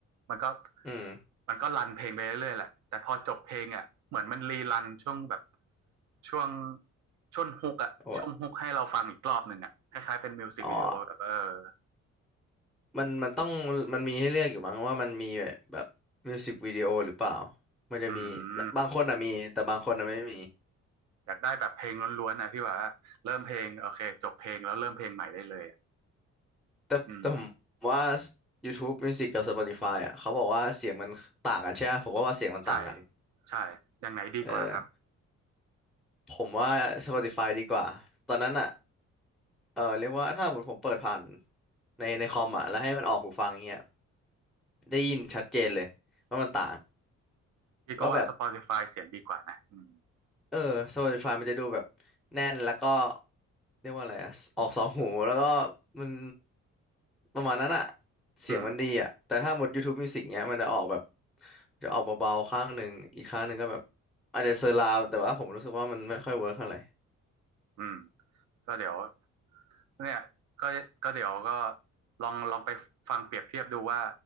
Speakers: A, on the right; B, in the centre.
A: มันก็
B: อืม
A: มันก็รันเพลงไปเรื่อยๆแหละแต่พอจบเพลงอ่ะเหมือนมันรีรันช่วงแบบช่วงช่วงฮุกอ่ะช่วงฮุกให้เราฟังอีกรอบหนึ่งอ่ะคล้ายๆเป็นมิวสิกวิดีโอแบบเออ
B: โอ้อะอ๋อมันมันต้องมันมีให้เลือกอยู่มั้งว่ามันมีแบบมิวสิกวิดีโอหรือเปล่ามันจะมี
A: อืม
B: บางคนอะมีแต่บางคนอะไม่มี
A: อยากได้แบบเพลงล้วนๆนะพี่ว่าเริ่มเพลงโอเคจบเพลงแล้วเริ่มเพลงใหม่ได้เลยอะ
B: แต่แต่ผมว่า
A: อืม
B: YouTube Music กับ Spotify อ่ะเขาบอกว่าเสียงมันต่างกันใช่ไหมผมก็ว่าเสียงมันต่างกัน
A: ใช่ใช่อย่างไหนดีกว่าครับ
B: เออผมว่า Spotify ดีกว่าตอนนั้นอ่ะเออเรียกว่าถ้าสมมติผมเปิดผ่านในในคอมอ่ะแล้วให้มันออกหูฟังเงี้ยได้ยินชัดเจนเลยว่ามันต่าง
A: อืมพี่ก็ว่า
B: ว่าแบบ
A: Spotify เสียงดีกว่านะอืม
B: เออโซลิดไฟมันจะดูแบบแน่นแล้วก็เรียกว่าอะไรอะออกสองหูแล้วก็มันประมาณนั้นอะเสียงมันดีอะแต่ถ้าหมด
A: อืม
B: YouTube Music เนี้ยมันจะออกแบบจะออกเบาๆข้างหนึ่งอีกข้างหนึ่งก็แบบอาจจะเซอร์ราวด์แต่ว่าผมรู้สึกว่ามันไม่ค่อยเวิร์คเท่าไหร่
A: อืมก็เดี๋ยวเนี่ยก็ก็เดี๋ยวก็ลองลองไปฟังเปรียบเทียบดูว่า